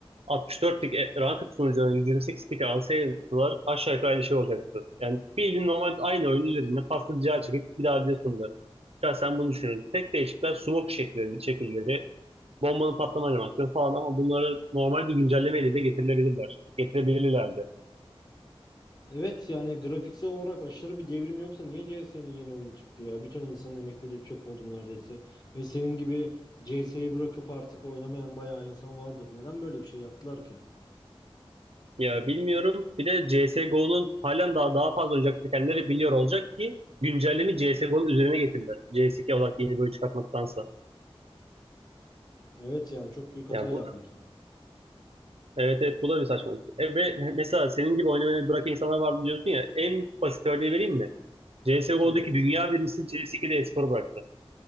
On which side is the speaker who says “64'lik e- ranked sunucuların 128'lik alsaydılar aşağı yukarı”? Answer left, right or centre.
Right